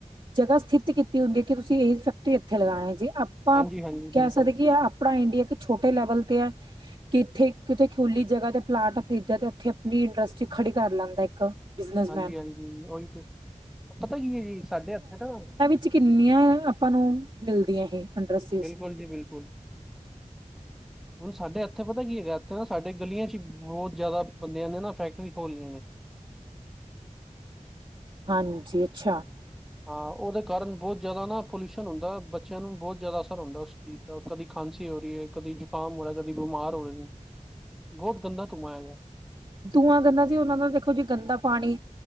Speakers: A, on the right; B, in the centre.
A: ਜਗਾ ਸਥਿਤ ਕੀਤੀ ਹੁੰਦੀ ਕਿ ਤੁਸੀਂ ਇਹ ਫੈਕਟਰੀ ਇੱਥੇ ਲਗਾਣੀ ਜੀ ਆਪਾਂ
B: ਹਾਂਜੀ ਹਾਂਜੀ
A: ਕੈ
B: ਬਿਲਕੁਲ
A: ਸਕਦੇ ਕਿ ਆ ਅਪਣਾ ਇੰਡੀਆ ਕਿ ਛੋਟੇ ਲੈਵਲ ਤੇ ਐ, ਕਿੱਥੇ ਕਿ ਖੁੱਲੀ ਜਗਾ ਤੇ ਪਲਾੱਟ ਇਦਾਂ ਤੇ ਐਥੇ ਅਪਨੀ ਇੰਡਸਟਰੀ ਖੜੀ ਕਾਰ ਲੈਂਦਾ ਇੱਕ। ਬਿਜਨਸਮੈਨ
B: ਹਾਂਜੀ-ਹਾਂਜੀ ਓਈ ਤੇ, ਪਤਾ ਕੀ ਏ ਜੀ ਸਾਡੇ ਐਥੇ ਨਾ
A: ਚ ਕਿੰਨੀਆਂ ਅਪਾਂ ਨੂੰ ਮਿਲਦੀਆਂ ਇਹ ਇੰਡਸਟਰੀਜ਼
B: ਬਿਲਕੁਲ ਜੀ ਬਿਲਕੁਲ। ਹੁਨ ਸਾਡੇ ਐਥੇ ਪਤਾ ਕੀ ਐਗੈ ਐਥੇ ਨਾ ਸਾਡੇ ਗਲੀਆਂ ਚ ਈ, ਬੋਤ ਜ਼ਿਆਦਾ ਬੰਦਿਆਂ ਨੇ ਨਾ ਫੈਕਟਰੀ ਖੋਲ ਲੀਯਾ ਨੇ।
A: ਹਾਂਜੀ, ਅੱਛਾ।
B: ਹਾਂ ਓਦੇ ਕਾਰਨ ਬੋਤ ਜ਼ਿਆਦਾ ਨਾ ਪੋਲਿਓਸ਼ਨ ਹੁੰਦਾ ਏ, ਬੱਚਿਆਂ ਨੂੰ ਬੋਤ ਜ਼ਿਆਦਾ ਅਸਰ ਹੁੰਦਾ ਐ ਓਸ ਜੀ ਤਾਂ ਕਦੀ ਖਾਂਸੀ ਓ ਰੀ ਏ ਕਦੀ ਜ਼ੁਕਾਮ ਓ ਰਿਆ ਕਦੀ ਬਿਮਾਰ ਓ ਰੇ ਨੇ ਬੋਤ ਗੰਦਾ ਤੂਆਂ ਐਗੈ
A: ਤੂਆਂ ਗੰਦਾ ਜੀ ਓਨਾਂ ਨਾਲ ਦੇਖੋ ਜੀ ਗੰਦਾ ਪਾਣੀ